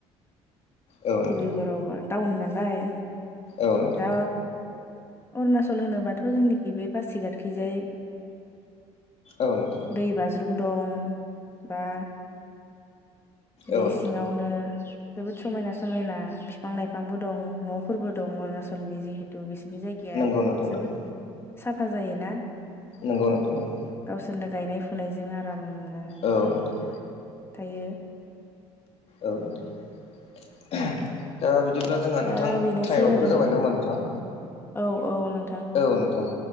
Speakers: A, on the left; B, on the left.
A: औ नोंथां
B: डब्रुगरआव टाउन नालाय
A: औ नोंथां
B: दा अरुणाचल होनोबाथ' जोंनिखि बे बासिघाटथखैजाय
A: औ नोंथां।
B: दै बाज्रुम दं बा बे
A: औ नोंथां
B: सिङावनो जोबोद समायना समायना फिफां लाइफांबो दं न'फोरबो दं अरुणाचलनि जिहेतु बिसोरनि जायगायाव
A: नंगौ
B: गाया
A: नोंथां
B: जोबोद
A: नंगौ
B: साफा जायोना
A: नंगौ नोंथां औ।
B: गावसोरनो गायनाय फुनायजों आरामनो
A: औ नोंथां।
B: थायो।
A: औ नोंथां <inaudible> दा बिदि अब्ला जोंहा
B: दा
A: नोंथां
B: बेनोसै
A: टाइमाबोथ'
B: आरो
A: जाबाय नङा होनबा नोंथां।
B: औ औ नों
A: औ नोंथां।